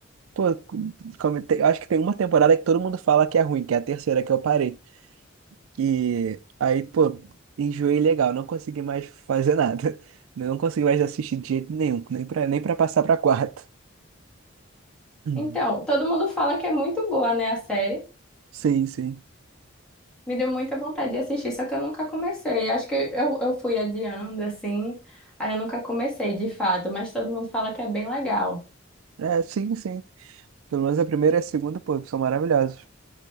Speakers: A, on the right; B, in the centre.
A: Pô, como tem- eu acho que tem uma temporada que todo mundo fala que é ruim, que é a terceira que eu parei. Que aí, pô, enjoei legal, não consegui mais fazer <laughs> nada. Não consegui mais assistir de jeito nenhum, nem pra, nem pra passar pra quarta. Uhum.
B: Então, todo mundo fala que é muito boa, né, a série.
A: Sim, sim.
B: Me deu muita vontade de assistir, só que eu nunca comecei. Acho que eu, eu fui adiando, assim. Aí eu nunca comecei, de fato, mas todo mundo fala que é bem legal.
A: É, sim, sim. Pelo menos a primeira e a segunda, pô, são maravilhosos.